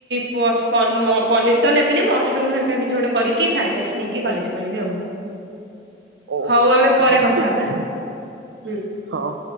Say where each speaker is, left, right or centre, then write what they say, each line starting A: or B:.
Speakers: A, on the right; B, on the right.
A: ପ ପ୍ସ ପ ପନିର ତ ନେବନି ମସରୁମ ହରିକା କିଛି ଗୋଟେ କରିକି ଫ୍ରାଇଡ ରାଇସ୍ ନେଇକି କଲେଜ ପଳେଇବି ଆଉ।
B: ଓହୋ
A: ହଉ ଆମେ
B: ତାହା
A: ପରେ କଥା
B: ଠିକ
A: ହବା
B: ଅଛି
A: ହୁଁ।
B: ହଁ।